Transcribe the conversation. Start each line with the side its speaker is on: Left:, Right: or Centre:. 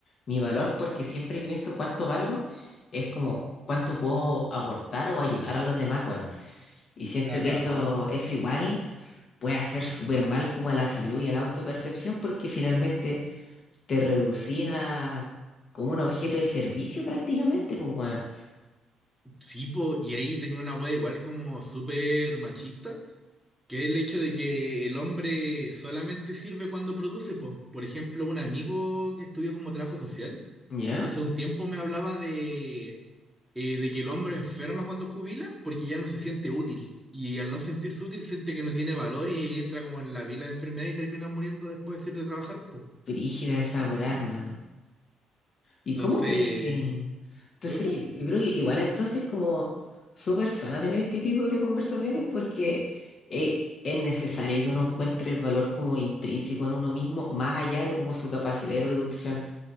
Left: mi valor, porque siempre que pienso cuánto valgo, es como cuánto puedo aportar o ayudar a los demás, weón. Y siento
Centre: La
Left: que
Centre: cagó.
Left: eso, es igual puede hacer súper mal como a la salud y a la autopercepción, porque finalmente te reducía como un objeto de servicio prácticamente, pues, weón.
Centre: Sí, po, y ahí tenía una wea igual como súper machista Que es el hecho de que el hombre solamente sirve cuando produce, po. Por ejemplo, un amigo que estudió como trabajo social,
Left: ¿Ya?
Centre: hace un tiempo me hablaba de, eh, de que el hombre enferma cuando jubila porque ya no se siente útil. Y al no sentirse útil, siente que no tiene valor y entra como en la pila de enfermedad y termina muriendo después de ir de trabajar, po.
Left: Brígida esa weá, hermano. ¿Y
Centre: Entonces,
Left: cómo crees que...? Entonces,
Centre: ¿qué cosa?
Left: yo, yo creo que igual entonces como súper sana tener este tipo de conversaciones porque eh, es necesario que uno encuentre el valor como intrínseco en uno mismo, más allá de como su capacidad de producción.